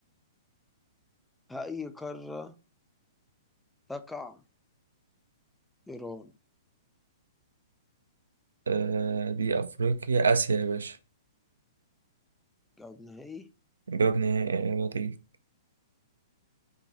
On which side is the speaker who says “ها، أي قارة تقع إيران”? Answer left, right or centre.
Centre